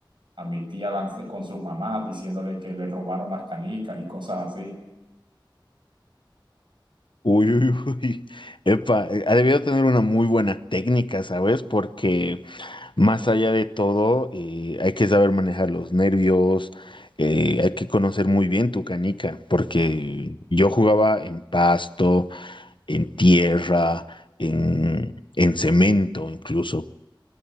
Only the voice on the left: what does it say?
Uy, uy, uy. <laughs> Epa, eh, ha debido tener una muy buena técnica, ¿sabes? Porque Más allá de todo, eh, hay que saber manejar los nervios, eh, hay que conocer muy bien tu canica, porque yo jugaba en pasto, en tierra, en, en cemento incluso.